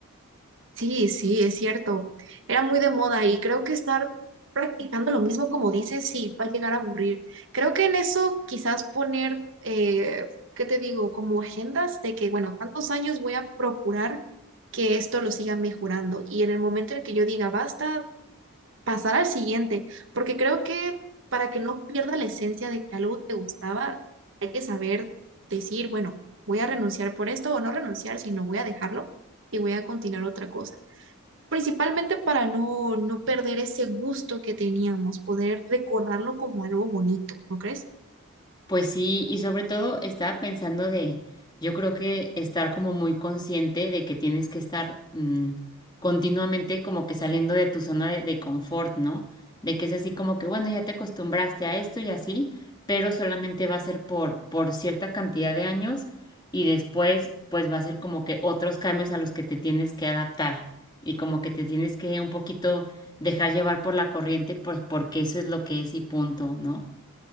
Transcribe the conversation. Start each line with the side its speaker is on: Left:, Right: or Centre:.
Right: Sí, sí, es cierto. Era muy de moda y creo que estar practicando lo mismo como dices, sí, va a llegar a aburrir. Creo que en eso quizás poner, eh, ¿qué te digo? Como agendas de que, bueno, tantos años voy a procurar que esto lo siga mejorando y en el momento en el que yo diga basta, pasar al siguiente, porque creo que para que no pierda la esencia de que algo te gustaba, hay que saber decir, bueno, voy a renunciar por esto o no renunciar, sino voy a dejarlo y voy a continuar otra cosa. Principalmente para no, no perder ese gusto que teníamos, poder recordarlo como algo bonito, ¿no crees?
Left: Pues sí, y sobre todo estaba pensando de, yo creo que estar como muy consciente de que tienes que estar mm, continuamente como que saliendo de tu zona de, de confort, ¿no? De que es así como que, bueno, ya te acostumbraste a esto y así, pero solamente va a ser por, por cierta cantidad de años y después pues va a ser como que otros cambios a los que te tienes que adaptar y como que te tienes que un poquito dejar llevar por la corriente, pues porque eso es lo que es y punto, ¿no?